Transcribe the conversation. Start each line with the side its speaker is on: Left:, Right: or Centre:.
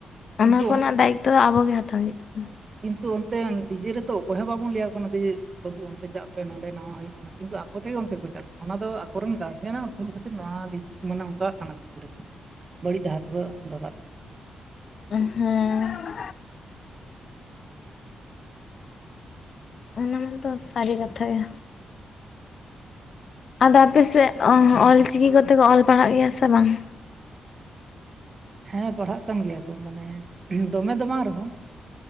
Right: ᱠᱤᱱᱛᱩ
Left: ᱚᱱᱟ ᱠᱚᱱᱟᱜ ᱫᱟᱭᱤᱛᱛᱚ ᱫᱚ ᱟᱵᱚᱜ ᱜᱮ ᱦᱟᱛᱟᱣ ᱦᱩᱭᱩᱜ ᱛᱟᱵᱚᱱᱟ
Right: ᱠᱤᱱᱛᱩ ᱚᱱᱛᱮ ᱰᱤᱡᱮ ᱨᱮᱛᱚ ᱚᱠᱚᱭ ᱦᱚᱸ ᱵᱟᱵᱚᱱ ᱞᱟᱹᱭᱟ ᱠᱟᱱᱟ ᱡᱮ ᱵᱟᱹᱵᱩ ᱚᱱᱛᱮ ᱪᱟᱜ ᱯᱮ ᱱᱚᱰᱮ ᱱᱟᱣᱟ ᱦᱩᱭᱩᱜ ᱠᱟᱱᱟ ᱠᱤᱱᱛᱩ ᱟᱠᱚ ᱛᱮᱜᱮ ᱚᱱᱛᱮ ᱠᱚ ᱪᱟᱜ ᱚᱱᱟ ᱫᱚ ᱟᱠᱚᱨᱮᱱ ᱜᱟᱨᱡᱮᱱᱟᱜ ᱵᱷᱩᱞ ᱠᱷᱟᱹᱛᱤᱨ ᱱᱚᱣᱟ <unintelligible> ᱢᱟᱱᱮ ᱚᱱᱠᱟᱜ ᱠᱟᱱᱟ ᱜᱤᱫᱽᱨᱟᱹ ᱠᱚ ᱵᱟᱹᱲᱤᱡ ᱰᱟᱦᱟᱨ ᱛᱮᱠᱚ ᱰᱟᱦᱟᱨᱟᱜ
Left: ᱦᱮᱸ ᱚᱱᱟ ᱢᱟᱛᱚ ᱥᱟᱹᱨᱤ ᱠᱟᱛᱷᱟ ᱜᱮ ᱟᱫᱚ ᱟᱯᱮ ᱥᱮᱫ ᱚᱞ ᱪᱤᱠᱤ ᱠᱚᱛᱮ ᱠᱚ ᱚᱞ ᱯᱟᱲᱦᱟᱜ ᱜᱮᱭᱟ ᱥᱮ ᱵᱟᱝ
Right: ᱦᱮᱸ ᱯᱟᱲᱦᱟᱜ ᱠᱟᱱ ᱜᱮᱭᱟ ᱠᱚ ᱢᱟᱱᱮ ᱫᱚᱢᱮ ᱫᱚ ᱵᱟᱝ ᱨᱮᱦᱚᱸ